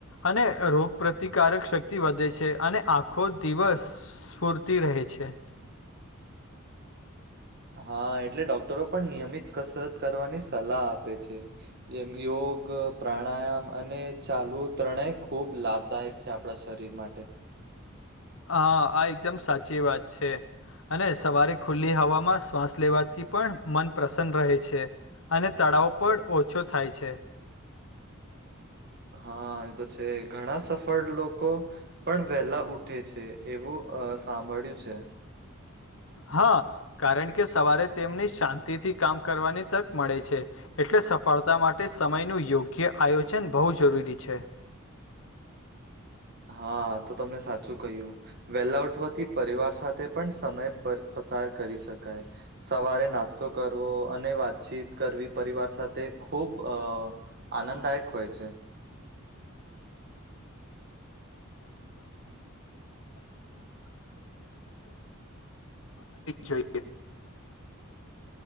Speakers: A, on the left; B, on the right.
A: અને રોગ પ્રતિકારક શક્તિ વધે છે અને આખો દિવસ સ્ફૂર્તિ રહેે છે.
B: હા એટલે ડોક્ટરો પણ નિયમિત કસરત કરવાની સલાહ આપે છે એમ યોગ પ્રાણાયામ અને. ચાલવું ત્રણેય ખૂબ લાભદાયક છે આપણા શરીર માટે.
A: હા આ એકદમ સાચી વાત છે. અને સવારે ખુલ્લી હવામાં શ્વાસ લેવાથી પણ મન પ્રસન્ન રહે છે અને તળાવ પણ ઓછો થાય છે.
B: હા એ તો છે ઘણા સફળ લોકો પણ વેલા ઉઠે છે એવું અ સાંભળ્યું છે.
A: હા કારણ કે સવારે તેમને શાંતિ થી કામ કરવાની તક મળે છે. એટલે સફળતા માટે સમયનું યોગ્ય આયોજન બહુ જરૂરી છે.
B: હા તો તમને સાચું કહ્યું વેલા ઉઠવાથી પરિવાર સાથે પણ સમય પર પસાર કરી શકાય સવારે નાસ્તો કરવો અને વાતચીત કરવી પરિવાર સાથે ખૂબ અ આનંદદાયક હોય છે.
A: <inaudible> જોઈએ <inaudible>